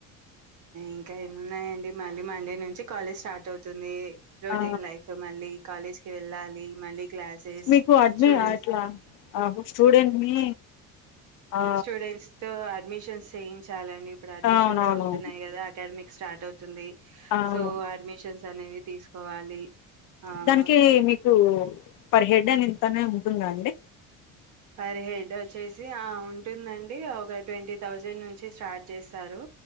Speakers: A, on the right (about 55°); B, on the left (about 60°).
A: ఇంకా ఏమున్నాయండి మళ్ళీ మండే నుంచి కాలేజ్ స్టార్ట్ అవుతుంది రొటీన్
B: ఆ
A: లైఫ్ మళ్ళీ కాలేజ్ కి వెళ్ళాలి మళ్ళీ క్లాసెస్
B: మీకు అద్వి
A: స్టూడెంట్స్
B: అట్లా ఆ స్టూడెంట్ మీ ఆ
A: స్టూడెంట్స్‌తో అడ్మిషన్స్ చేయించాలి ఇప్పుడు అడ్మిషన్స్
B: అవునవును
A: అవుతున్నాయి కదా అకాడమిక్ స్టార్ట్ అవుతుంది
B: అవును
A: సో అడ్మిషన్స్ అనేవి తీసుకోవాలి ఆ!
B: దానికి మీకు పర్ హెడ్ అని ఇంత అని దా అండి
A: పర్ హెడ్ వచ్చేసి ఆ ఉంటుందండి ఒక ట్వంటీ థౌజండ్ నుంచి స్టార్ట్ చేస్తారు